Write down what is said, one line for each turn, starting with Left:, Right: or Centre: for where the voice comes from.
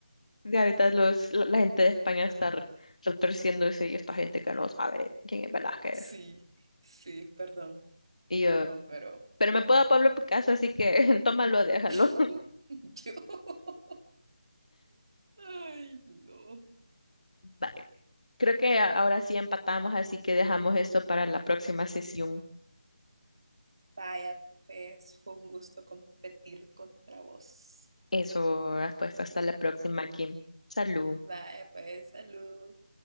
Left: Y ahorita los, la, la gente de España está re- retorciéndose y esta gente que no sabe quién es Velázquez.
Right: Sí, sí, perdón,
Left: Y yo,
Right: perdón, pero...
Left: pero me puedo a Pablo Picasso, así que <laughs> tómalo, déjalo.
Right: <laughs> Yo. Ay, no.
Left: Bye. Creo que a- ahora sí empatamos, así que dejamos esto para la próxima sesión.
Right: Vaya, pues fue un gusto competir contra vos.
Left: Eso, pues hasta la próxima, Kim. Salud.
Right: Vaya, pues salud.